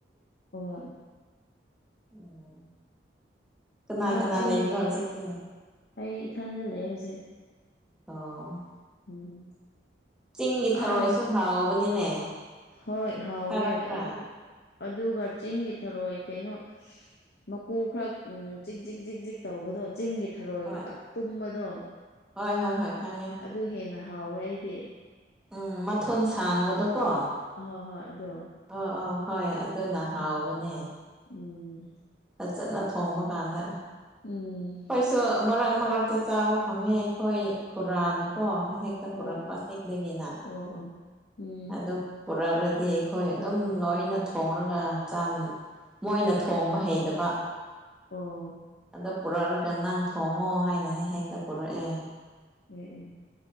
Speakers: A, on the left; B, in the centre.
A: ꯍꯣꯢ
B: <inaudible> ꯀꯅꯥ
A: ꯑꯥ
B: ꯀꯅꯥ
A: ꯆꯤꯡꯒꯤ
B: ꯂꯩꯕ꯭ꯔꯣ ꯍꯧꯖꯤꯛꯇꯤ
A: ꯑꯩ ꯏꯊꯟꯗ ꯂꯩꯌꯦ ꯍꯨꯖꯤꯛ
B: ꯑꯣ
A: ꯎꯝ
B: ꯆꯤꯡꯒꯤ ꯊꯔꯣꯏꯁꯨ
A: ꯑꯥ
B: ꯍꯥꯎꯕꯅꯤꯅꯦ
A: ꯍꯣꯏ ꯍꯥꯎꯋꯦ
B: ꯊꯥꯔꯛꯄ꯭ꯔꯥ
A: ꯑꯗꯨ ꯑꯗꯨꯒ ꯆꯤꯡꯒꯤ ꯊꯔꯣꯏ ꯀꯩꯅꯣ ꯃꯀꯨ ꯈꯔꯥ ꯎꯝ ꯖꯤꯛ ꯖꯤꯛ ꯖꯤꯛ ꯖꯤꯛ ꯇꯧꯕꯗꯣ ꯆꯤꯡꯒꯤ ꯊꯔꯣꯏ
B: ꯍꯣꯏ
A: ꯑꯇꯨꯝꯕꯗꯣ
B: ꯍꯣꯏ ꯍꯣꯏ ꯍꯣꯏ ꯈꯪꯉꯦ
A: ꯑꯗꯨ ꯍꯦꯟꯅ ꯍꯥꯎꯋꯦ ꯑꯩꯗꯤ
B: ꯎꯝ ꯃꯊꯨꯟ ꯁꯥꯡꯕꯗꯣꯀꯣ
A: ꯑꯍꯣꯏ ꯍꯣꯏ ꯑꯗꯣ
B: ꯑꯣ ꯑꯣ ꯍꯣꯏ ꯑꯗꯨꯅ ꯍꯥꯎꯕꯅꯦ
A: ꯎꯝ
B: ꯐꯖꯅ ꯊꯣꯡꯕ ꯀꯥꯟꯗ
A: ꯎꯝ
B: ꯇꯣ ꯃꯔꯛ ꯃꯔꯛꯇ ꯆꯥꯕ ꯐꯪꯉꯦ ꯑꯩꯈꯣꯏ ꯈꯨꯔꯥꯅꯀꯣ ꯍꯦꯛ ꯍꯦꯛ ꯇꯞꯒꯀꯣ
A: ꯑꯣ
B: ꯆꯤꯗꯒꯤꯅ
A: ꯑꯣ ꯑꯣ ꯎꯝ
B: ꯑꯗꯨꯝ ꯄꯨꯔꯛꯔꯗꯤ ꯑꯩꯈꯣꯏ ꯑꯗꯨꯝ ꯂꯣꯏꯅ ꯊꯣꯡꯔꯒ ꯆꯥꯃꯤꯟ ꯃꯣꯏꯅ ꯊꯣꯡꯕ ꯍꯩꯇꯕ
A: ꯑꯣ
B: ꯍꯦꯛꯇ ꯄꯨꯔꯛꯔꯒ ꯅꯪ ꯊꯣꯡꯉꯣ ꯍꯥꯏꯅ ꯍꯦ ꯍꯦꯛꯇ ꯄꯨꯔꯛꯑꯦ
A: ꯑꯦ ꯑꯦ